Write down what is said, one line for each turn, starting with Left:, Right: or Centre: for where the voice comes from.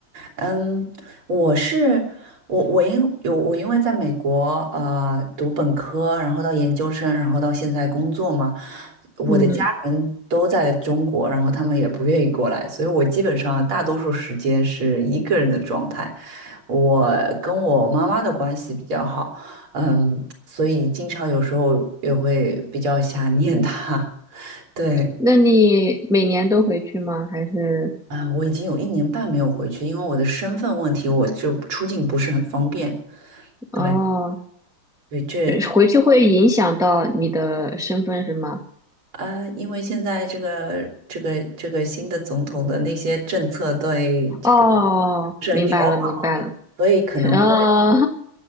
Right: 嗯，我是我我因有我因为在美国呃读本科，然后到研究生，然后到现在工作嘛，我的家人都在中国，
Centre: 嗯，
Right: 然后他们也不愿意过来，所以我基本上大多数时间是一个人的状态。我跟我妈妈的关系比较好，嗯，所以经常有时候也会比较想念她。<laughs> 对，
Centre: 那你每年都回去吗？还是
Right: 啊，我已经有一年半没有回去，因为我的身份问题，我就出境不是很方便。
Centre: 哦，
Right: 对，对，这
Centre: 呃回去会影响到你的身份是吗？
Right: 啊，因为现在这个这个这个新的总统的那些政策对这个
Centre: 哦，
Right: 不是很友好，
Centre: 明白了，明白了，
Right: 所以可能会
Centre: 是哦，